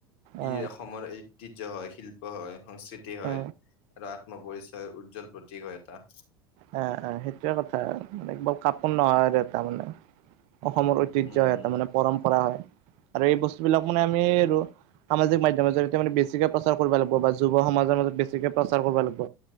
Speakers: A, on the right; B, on the left.
A: অ
B: ই অসমৰ ঐতিহ্য হয় শিল্প হয়। সংস্কৃতি হয়
A: অ
B: আৰু আত্ম পৰিৰিচয়ৰ উজ্জ্বল প্ৰতীক হয় এটা।
A: অহ অ', সেইটোয়ে কথা এক বাৰ কাপোৰ নহয় দে তাৰ মানে। অসমৰ ঐতিহ্য
B: উম
A: হয় এটা মানে পৰম্পৰা হয় আৰু এই বস্তুবিলাক মানে আমি সামাজিক মাধ্যমৰ জৰিয়তে মানে বেছিকে প্ৰচাৰ কৰিব লাগিব বা যুৱ সমাজৰ মাজত বেছিকে প্ৰচাৰ কৰিব লাগিব।